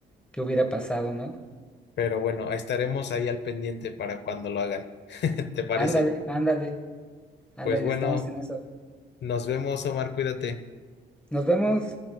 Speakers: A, in the centre; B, on the left.
A: qué hubiera pasado, ¿no?
B: Pero bueno, estaremos ahí al pendiente para cuando lo hagan. <laughs> ¿Te parece?
A: Ándale, ándale, ándale,
B: Pues bueno,
A: estamos en eso.
B: nos vemos, Omar, cuídate.
A: Nos vemos.